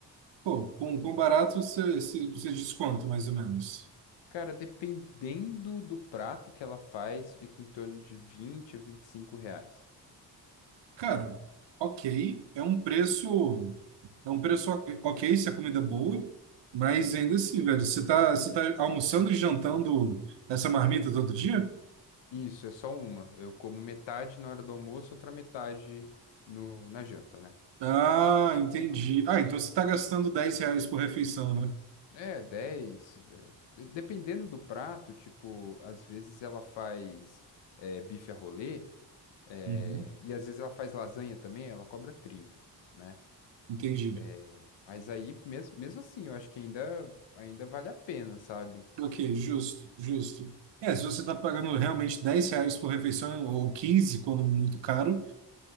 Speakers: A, on the right (about 75°); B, on the left (about 80°).
A: Pô, com, com barato você, você, você desconta mais ou menos.
B: Cara, dependendo do prato que ela faz, fica em torno de 20 a 25 reais.
A: Cara, ok, é um preço, é um preço ok, ok se a comida é boa, mas
B: Uhum.
A: ainda assim, velho, você tá, você tá almoçando e jantando essa marmita todo dia?
B: Isso, é só uma. Eu como metade na hora do almoço, outra metade no, na janta, né?
A: Ah, entendi. Ah, então você tá gastando 10 reais por refeição, né?
B: É, 10, é, de- dependendo do prato, tipo, às vezes ela faz é, bife a rolê, é,
A: Uhum,
B: e às vezes ela faz lasanha também, ela cobra 30, né?
A: entendi.
B: É, mas aí, mesmo, mesmo assim, eu acho que ainda, ainda vale a pena, sabe?
A: Ok, justo, justo. É, se você está pagando realmente 10 reais por refeição ou 15 quando muito caro,